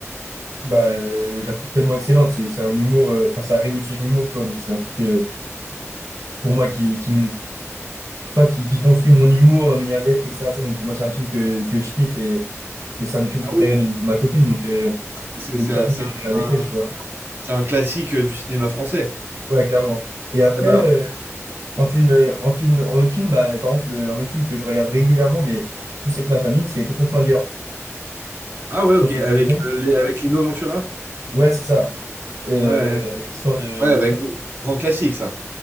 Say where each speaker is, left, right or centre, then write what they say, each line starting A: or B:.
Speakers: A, on the right (about 85°); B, on the right (about 45°).
A: bah, euh, je la trouve tellement excellente, c'est c'est un humour, euh, enfin, ça arrive au-dessus de l'humour, tu vois, donc c'est un truc... euh, pour moi, qui, qui, me- je sais pas, qui, qui construit mon humour, ma manière d'être, etc. Ça, Donc, moi, c'est un film que, que je kiffe et, et c'est un des films
B: Ah
A: préférés de, de ma copine. Donc, euh,
B: C'est
A: donc
B: c'est
A: c'est
B: un,
A: un truc
B: c'est
A: que
B: un-
A: je vais regarder
B: un-
A: avec elle, tu vois.
B: c'est un classique euh, du cinéma français.
A: Ouais, clairement. Et après,
B: Ah, bah,
A: euh, en film, euh, en film, en autre film, bah, par exemple, euh, un autre film que je regarde régulièrement, mais plus avec ma famille, c'est Tonton Flingueur.
B: ah
A: Je
B: ouais, ok,
A: pense que
B: avec,
A: tu connais.
B: euh, les, avec Lino Ventura?
A: Ouais, c'est ça. Euh,
B: Ouais, ouais,
A: avec l'histoire de.
B: Ouais, bah, gr- grand classique ça.